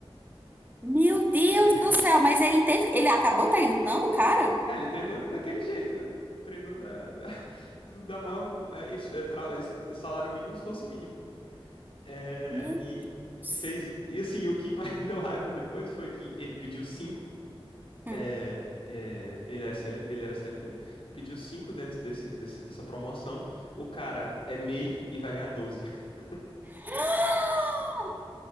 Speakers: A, on the right; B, on the left.
A: Meu Deus
B: entende?
A: do céu! Mas ele teve, ele acabou treinando o cara?
B: É, ele treinou daquele jeito, né? Treinou da, da, <laughs> do- da maior é, isso, é, tra- es- salário mínimo e esforço mínimo. É,
A: Meu
B: e, e
A: Deus!
B: fez. E assim, o que mais <laughs> deu raiva depois foi que ele pediu cinco.
A: Hum.
B: é, é, ele, é CL ele era CLT, pediu cinco dentro desse, desse- dessa promoção. O cara é MEI e I e vai ganhar 12. <laughs>
A: <gasps>